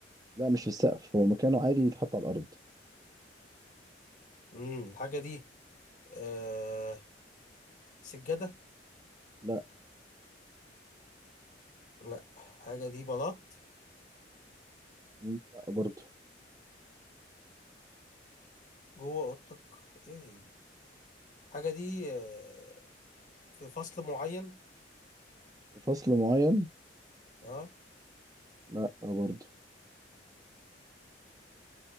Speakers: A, on the right (about 20°); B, on the left (about 45°).
A: لا مش في السقف هو مكانه عادي يتحط على الأرض
B: امم الحاجة دي آه... سجادة
A: لا
B: لأ الحاجة دي بلاط
A: مم، لا برضه
B: جوه اوضتك ايه هي حاجه دي آه، في فصل معين
A: في فصل معين
B: اه
A: لا برضه